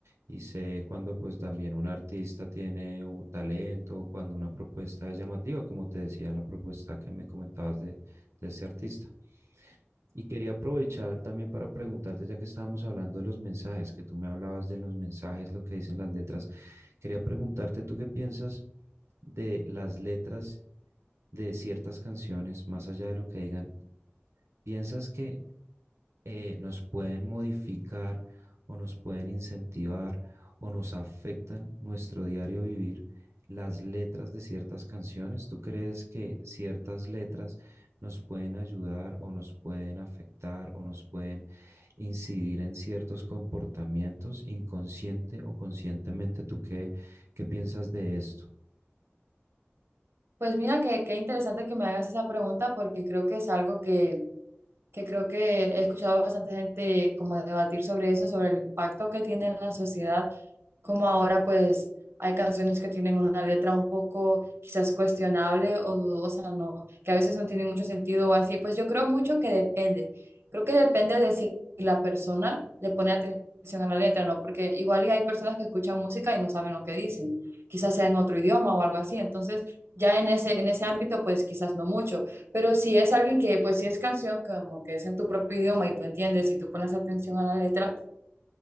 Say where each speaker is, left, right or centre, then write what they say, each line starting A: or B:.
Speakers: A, on the right; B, on the right.
A: y sé cuando pues también un artista tiene un talento o cuando una propuesta es llamativa, como te decía la propuesta que me comentabas de, de ese artista. Y quería aprovechar también para preguntarte, ya que estábamos hablando de los mensajes, que tú me hablabas de los mensajes, lo que dicen las letras, quería preguntarte, ¿tú qué piensas de las letras de ciertas canciones, más allá de lo que digan? ¿Piensas que eh, nos pueden modificar o nos pueden incentivar o nos afectan nuestro diario vivir las letras de ciertas canciones? ¿Tú crees que ciertas letras nos pueden ayudar o nos pueden afectar o nos pueden incidir en ciertos comportamientos inconsciente o conscientemente? ¿Tú qué, qué piensas de esto?
B: Pues mira, que qué interesante que me hagas esa pregunta porque creo que es algo que... que creo que he escuchado bastante gente como debatir sobre eso, sobre el impacto que tiene en la sociedad, como ahora pues hay canciones que tienen una letra un poco quizás cuestionable o dudosa, ¿no? Que a veces no tienen mucho sentido o así, pues yo creo mucho que depende, creo que depende de si la persona le pone atención a la letra, ¿no? Porque igual y hay personas que escuchan música y no saben lo que dicen, quizás sea en otro idioma o algo así, entonces ya en ese, en ese ámbito pues quizás no mucho pero si es alguien que, pues si es canción, como que es en tu propio idioma y tú entiendes y tú pones atención a la letra,